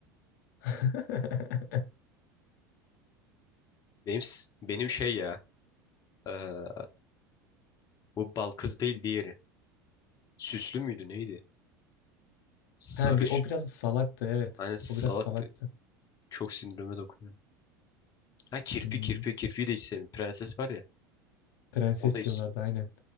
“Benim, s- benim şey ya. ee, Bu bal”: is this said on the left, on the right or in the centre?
Left